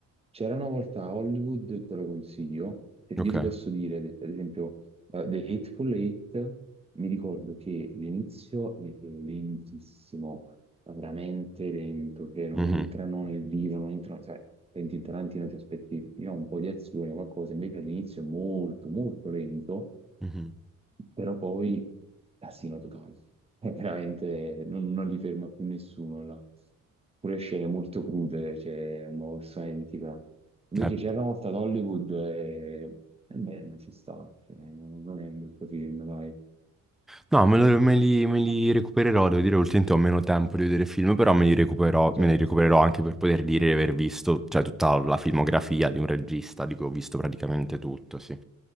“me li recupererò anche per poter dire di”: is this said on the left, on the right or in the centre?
Centre